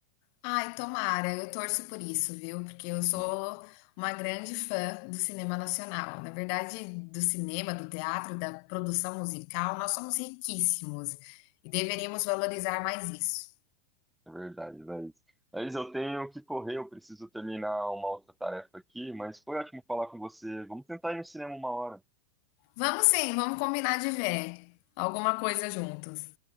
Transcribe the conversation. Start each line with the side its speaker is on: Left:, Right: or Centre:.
Left: Ai, tomara, eu torço por isso, viu? Porque eu sou
Centre: Uhum.
Left: uma grande fã do cinema nacional. Na verdade, do cinema, do teatro, da produção musical, nós somos riquíssimos e deveríamos valorizar mais isso.
Centre: É verdade, Laís. Laís, eu tenho que correr, eu preciso terminar uma outra tarefa aqui, mas foi ótimo falar com você. Vamos tentar ir no cinema uma hora.
Left: Vamos sim, vamos combinar de ver alguma coisa juntos.